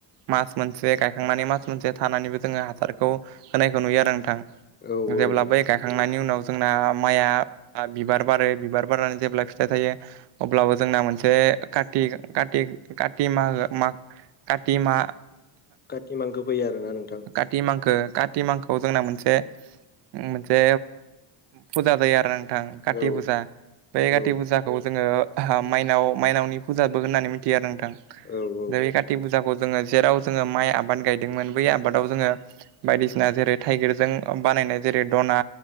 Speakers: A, on the right; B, on the left.
A: मास मोनसे गायखांनानै मास मोनसे थानानैबो जोङो हासारखौ होनायखौ नुयो आरो नोंथां।
B: औ औ
A: जेब्ला
B: औ
A: बै गायखांनायनि उनाव जोंना माइआ ओ बिबार बारो बिबार बारनानै जेब्ला फिथाइ थायो अब्लाबो जोंना मोनसे का‌ ति कातिग काति मागो माग काति मा
B: काति मांखो फैयो आरोना नोंथां
A: काति मांखो काति मांखोआव जोंना मोनसे मोनसे फुजा जायो आरो काति
B: औ
A: फुजा बे काति
B: औ
A: फुजाखौ जोङो माइनाव माइनावनि फुजाबो होननानै मिथियो आरो नोंथां
B: औ-औ।
A: दा बे काति फुजाखौ जोङो जेराव जोङो माइ आबाद गायदोंमोन बै आबादाव जोङो बायदिसिना जेरै थाइगिरजों बानायनाय जेरै दना